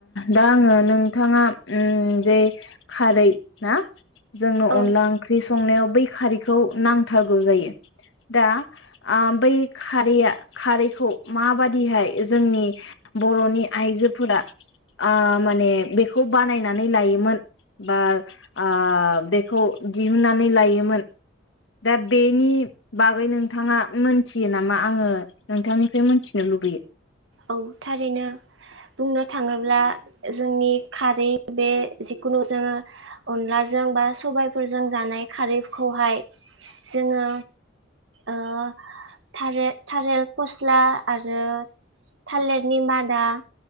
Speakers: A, on the left; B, on the right.
A: दा आङो नोंथाङा उम जे खारै ना जोंनो
B: औ
A: अनला ओंख्रि संनायाव बै खारैखौ नांथारगौ जायो दा आ बै खारैया खारैखौ माबादिहाय जोंनि बर'नि आइजोफोरा आ माने बेखौ बानायनानै लायोमोन बा आ बेखौ दिहुननानै लायोमोन दा बेनि बागै नोंथाङा मोनथियो नामा आङो नोंथांनिफ्राय मोनथिनो लुबैयो
B: औ थारैनो बुंनो थाङोब्ला जोंनि खारै बे जिखुनु जोङो अनलाजों बा सबायफोरजों जानाय खारैखौहाय जोङो ओ थारेर थालेर फस्ला आरो थालिरनि मादा